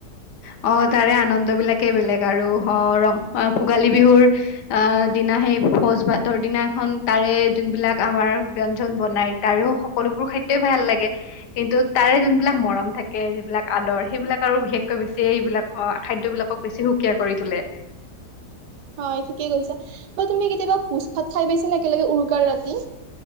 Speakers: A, on the left; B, on the right.
A: অ, তাৰে আনন্দ বিলাকেই বেলেগ আৰু অ ৰং ভোগালী বিহুৰ আহ দিনা সেই ভোজ ভাতৰ দিনাখন তাৰে যোন বিলাক আমাৰ ব্য়ঞ্জন বনাই তাৰেও সকলোবোৰ খাদ্য ভাল লাগে কিন্তু তাৰে যোনবিলাক মৰম থাকে? যিবিলাক আদৰ সেইবিলাক আৰু বিশেষকৈ বেছি এইবিলাক খাদ্যবলাকক বেছি সুকীয়া কৰি তোলে।
B: হয়, ঠিকেই কৈছা ব তুমি কেতিয়াবা ভোজ ভাত খাই পাইছা নে? একেলগে উৰুকাৰ ৰাতি।